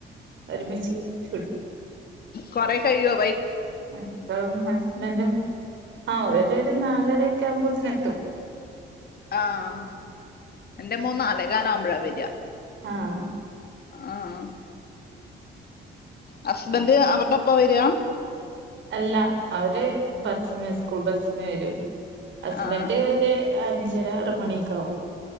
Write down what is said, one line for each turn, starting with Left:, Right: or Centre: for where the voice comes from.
Right: ഒരുമിച്ച് കുടി
Left: കൊറേ കയ്യോ
Right: ക്കളും ഹസ്ബന്റും ആഹ് ഒരൊരു നാലരക്കെ ആവുമ്പത്തിനെത്തും
Left: ആഹ് എന്റെ മോൻ നാലേകാലാവുമ്പഴാ വര
Right: ആഹ്
Left: ആഹ് ഹസ്ബന്റ് അവറ്ടൊപ്പ വര
Right: അല്ല അവര് ബസ്സിന സ് കൂൾ ബസ്സിന് വരും ഹസ്ബന്റ്
Left: ആ
Right: ഒര് അഞ്ച് ഞ്ചരാ ആറ് മണിയൊക്കാവും